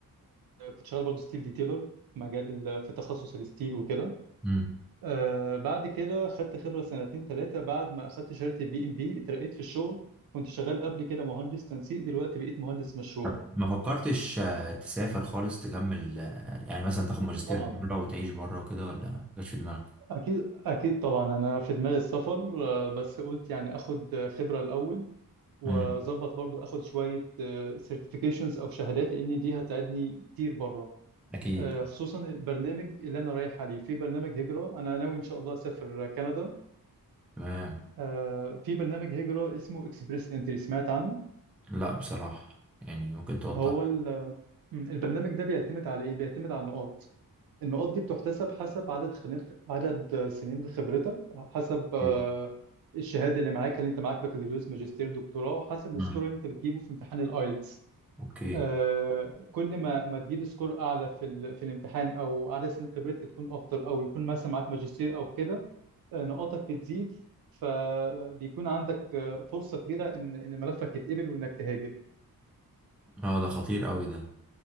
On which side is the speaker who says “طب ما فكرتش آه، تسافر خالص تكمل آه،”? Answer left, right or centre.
Centre